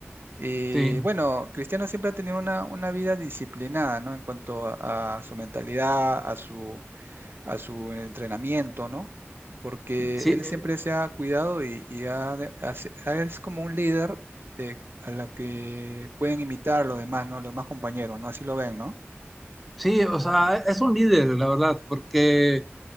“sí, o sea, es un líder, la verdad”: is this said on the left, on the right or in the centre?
Centre